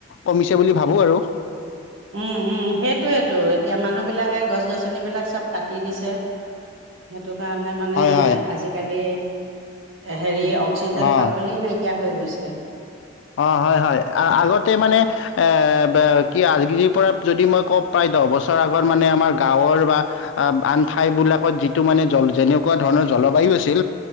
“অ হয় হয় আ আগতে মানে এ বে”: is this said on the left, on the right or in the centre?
Left